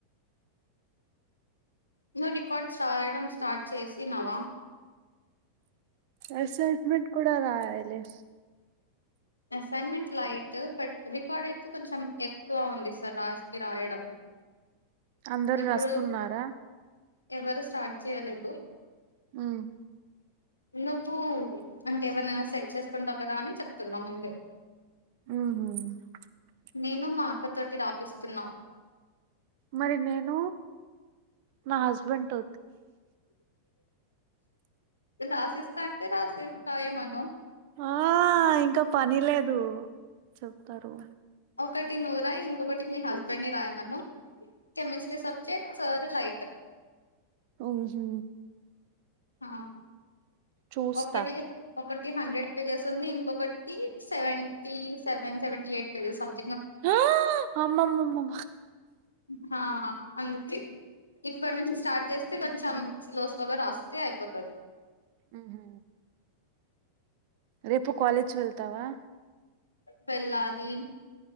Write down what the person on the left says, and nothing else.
నువ్ రికార్డ్ స్ రాయడం స్టార్ట్ చేసినావా
అసైన్మెంట్ లైట్ బట్ రికార్డ్ అయితే కొంచెం ఎక్కువ ఉంది సార్ రాస్తే రాయడం
ఇప్పుడు
ఎవరు స్టార్ట్ చేయలేదు
నువ్వు అంటే ఎవన్నా సేట్ చేసుకుంటావు కదా అని చెప్తున్నా ముందు
నేను మా అక్క తోటి రాపిస్తున్నా
రాసిస్తా అంటే రాసేయ్ రాయామను
ఒకటి నువ్వు రాయి ఇంకొకటి మీ హస్బెండ్ ని రాయమను కెమిస్ట్రీ సబ్జెక్ట్ సార్ లైట్
ఆ
ఒకటిగా ఒకటెం హండ్రెడ్ పేజెస్ ఉంది. ఇంకొకటి seventy seven seventy eight pages అంతే
హా అందుకే ఇప్పటి నుంచి స్టార్ట్ చేస్తే కొంచెం స్లో స్లోగా రాస్తే అయిపోతది.
వెళ్లాలి.